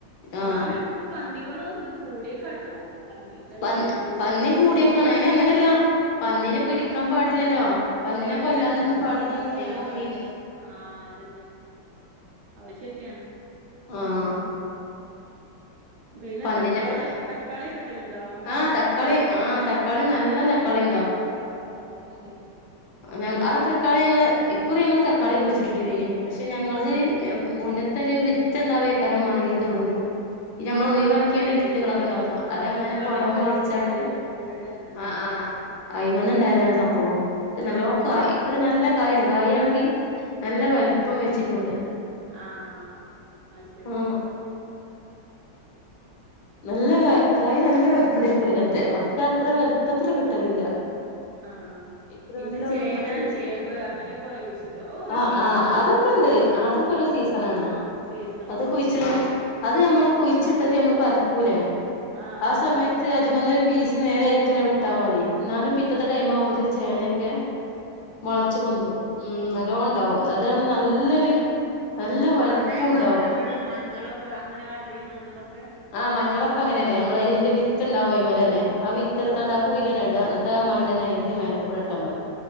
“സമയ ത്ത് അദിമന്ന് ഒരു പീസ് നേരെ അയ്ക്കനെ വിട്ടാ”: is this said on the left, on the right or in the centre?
Left